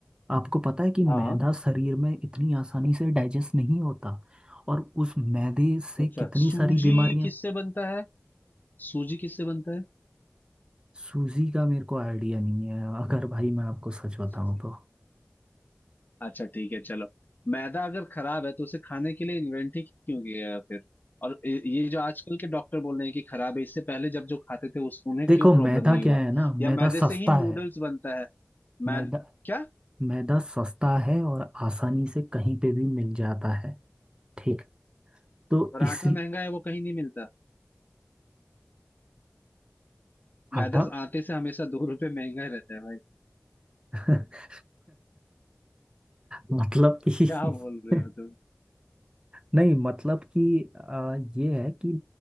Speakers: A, on the right (about 20°); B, on the left (about 45°).
A: आपको पता है कि मैदा
B: हाँ
A: शरीर में इतनी आसानी से डाइजेस्ट नहीं होता और उस मैदे से
B: अच्छा
A: कितनी
B: सूजी
A: सारी बीमारियां
B: किससे बनता है सूजी किससे बनता
A: सूजी का मेरे को आइडिया नहीं है अगर भाई मैं आपको सच बताऊं
B: है
A: तो
B: अच्छा ठीक है चलो मैदा अगर खराब है तो उसे खाने के लिए इन्वेंट ही क्यों किया गया फिर और ये ये जो आजकल के डॉक्टर बोल रहे हैं कि खराब है इससे पहले जब जो खाते थे उस उन्हें
A: देखो
B: क्यों प्रॉब्लम
A: मैदा
B: नहीं
A: क्या
B: हुआ
A: है ना
B: या
A: मैदा
B: मैदे
A: सस्ता
B: से ही
A: है
B: नूडल्स बनता है
A: मैदा
B: मैद क्या
A: मैदा सस्ता है और आसानी से कहीं पे भी मिल जाता है ठीक तो
B: और
A: इसी
B: आटा महंगा है वो कहीं नहीं मिलता मैदा
A: आटा
B: आटे से हमेशा दो रुपए महंगा ही रहता है भाई
A: <laughs> मतलब कि
B: क्या बोल रहे
A: <laughs>
B: हो तुम
A: नहीं मतलब कि आ, ये है कि